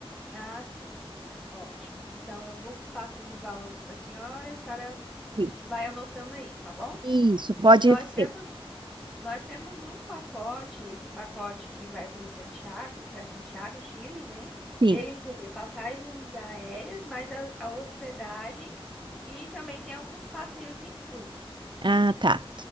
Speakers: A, in the centre; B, on the right.
A: Ah, sim. Ótimo. Então eu vou passando os valores para a senhora, e a senhora
B: Sim.
A: vai anotando aí, tá bom?
B: Isso, pode
A: Nós
B: ser.
A: temos nós temos um pacote, esse pacote que vai para o Santiago, para Santiago, Chile, né?
B: Sim.
A: Ele inclui passagens aéreas, mais a, a hospedagem e também tem alguns passeios inclusos.
B: Ah, tá.